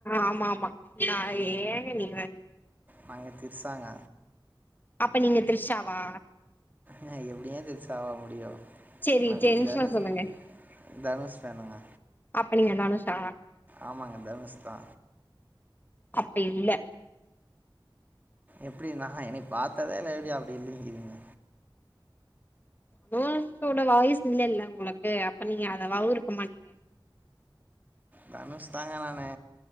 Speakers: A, on the left; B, on the right.
A: ஆமா ஆமா ஆ ஏங்க நீங் வேற
B: நாங்க திரிசாங்க
A: அப்ப நீங்க த்ரிஷாவா
B: நா எப்டிங்க த்ரிஷாவ முடியூ
A: செரி
B: நாங்க
A: ஜென்ஸா
B: தனுஷ்
A: சொல்லுங்க
B: தனுஷ் ஃபேனுங்க
A: அப்ப நீங்க என்ன தனுஷா
B: ஆமாங்க தனுஷ் தா
A: அப்பி இல்ல
B: எப்டி நா என்னைய பாத்ததே இல்ல எப்டி அப்டி இல்லிங்கிறீங்க
A: தனுஷோட வாய்ஸ் இல்லல்ல உங்களுக்கு அப்ப நீங்க அதவாவு இருக்க மாட்டீங்க
B: தனுஷ் தாங்க நானு